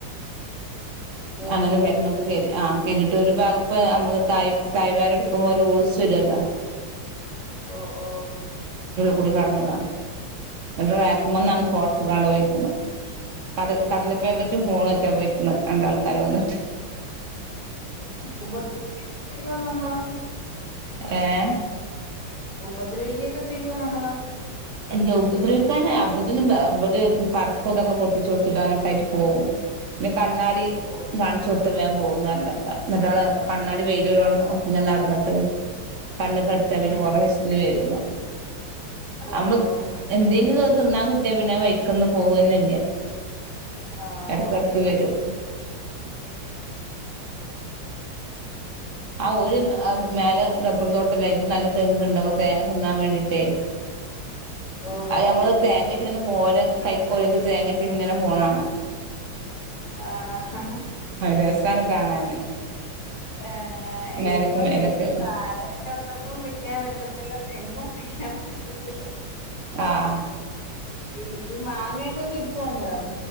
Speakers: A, on the left (about 20°); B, on the right (about 55°).
A: കേറും
B: അങ്ങനെ വരമ്പ്ക്ക് കേറി ആഹ് കിരീട്ട് ഒരു ഭാഗപ്പ നമ്മള് തായ് തായ്വാര എടുക്കുമ്പോ ഒരു ഓൾസ് വരുല്ലോ
A: ഓ ഓ
B: കൂടി കടന്നതാണ് ഇന്നട്ട് റക്കുമന്നാണ്
A: ആണ്
B: ഫോൺത്ത് കാണ്ട്പോയിക്കുന് കട കടലപ്പേക്കറ്റ്
A: ഉം ഉം
B: ഫോൺറ്റാ പോയിക്കണ് രണ്ടാൾക്കാര് വന്നിട്ട്
A: ഉപികം നമ്മള <inaudible>
B: ഏഹ
A: ഉപദ്രവിക്കുകൊക്കെ ചെയ്യുവോ നമ്മള
B: ഇല്ല ഉപദ്രവിക്കാന് അപ്പോത്തിന് ഇവര് പടക്കൊക്കെ പൊട്ടിച്ചു കൊടുത്തിടാനൊക്കെ പോകും പിന്നെ കണ്ണാടി
A: ഓ
B: കാണിച്ചു കൊടുത്ത വേഗംപോകും പരണക്കാ എന്നിട്ടാണ് കണ്ണാടി വൈ <unintelligible> ോ ഇങ്ങ <unintelligible> നടന്നിട്ട് കണ്ണ് കടിച്ചാ പിന്നെ
A: ഉം
B: കൊറ ഇശത്തിന് വരൂല
A: ഓ
B: നമ്മള്
A: ഉം ഉം
B: എന്തെങ്കിലും
A: ഉം
B: നോ തിന്നാൻ കിട്ടിയാ പിന്നെ വൈക്കന്നും പോവന്നല്ല
A: ആഹ്
B: ഇടക്കിടക്ക് വരും
A: ഉം ഉം
B: ആ ഒരു മേലെ ടപ്പർ തോട്ടം അതിൽ നല്ല തെങ്ങുണ്ട് തേങ്ങ തിന്നാൻ വേണ്ടീട്ട്
A: ഓ
B: അത് നമ്മള്
A: വരൂല്ലേ
B: തേങ്ങറ്റ് ഇങ്ങനെ പോര ഹൈക്കോളേജ <unintelligible> തേങ്ങറ്റ് ഇങ്ങനെ പോണാണ്
A: ആഹ
B: രസാണ് കാണാന്
A: ആഹ
B: മേലക്ക്
A: ഇതിപ്പം
B: മേലക്ക്
A: താഴേ ഉള്ളന്നും വിക്കാൻ പറ്റത്തില്ല തെങ്ങും വിക്കാൻ <unintelligible> ക്കക്ഷ <inaudible>
B: ആഹ
A: ഈ ഈ മാങ്ങയൊക്കൊക്ക കിട്ടോ വന്നേരം